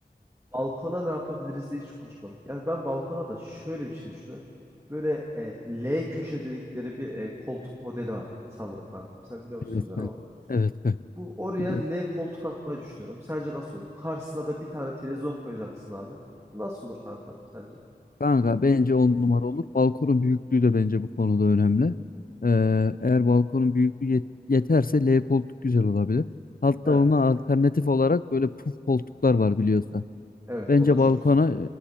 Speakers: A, on the right; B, on the left.
A: balkona ne yapabiliriz diye hiç konuşmadık. Yani ben balkona da şöyle bir şey düşünüyorum. Böyle e, L köşe dedikleri bir e, koltuk modeli var sanırım kankam. Sen biliyor musun
B: Evet
A: bilmiyorum
B: ben.
A: ama.
B: Evet ben.
A: Bu oraya
B: Biliyorum.
A: L koltuk atmayı düşünüyorum. Sence nasıl olur? Karşısına da bir tane televizyon koyacaksın abi. Nasıl olur kankam sence?
B: Kanka bence on numara olur. Balkonun büyüklüğü de bence bu konuda önemli. Ee, eğer balkonun büyüklüğü yet- yeterse L koltuk güzel olabilir. Hatta
A: Evet.
B: ona alternatif olarak böyle puf koltuklar var biliyorsun.
A: Evet
B: Bence
A: o da çok
B: balkona
A: güzel.